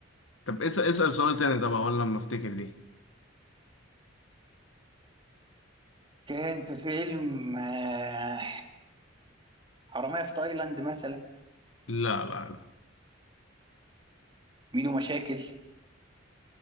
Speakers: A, on the left; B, on the right.
A: طب اسأل اسأل سؤال تاني طبعا ولا لما افتكر دي
B: كان في فيلم آه حرامية في تايلاند مثلا
A: لا لا لا
B: ميدو مشاكل